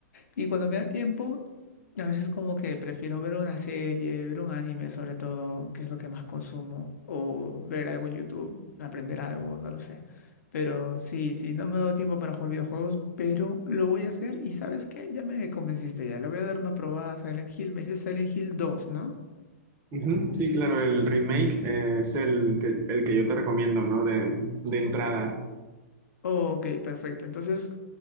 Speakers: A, on the left; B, on the right.
A: Y cuando me da tiempo, a veces como que prefiero ver una serie, ver un anime sobre todo, que es lo que más consumo, o ver algo en YouTube, aprender algo, no lo sé. Pero sí, sí, no me ha dado tiempo para jugar videojuegos, pero lo voy a hacer. Y ¿sabes qué? Ya me convenciste ya. Le voy a dar una probada a Silent Hill. Me dices Silent Hill dos, ¿no?
B: Ujú, Sí, claro, el remake eh, es el que, el que yo te recomiendo, ¿no? De, de entrada.
A: Ok, perfecto. Entonces...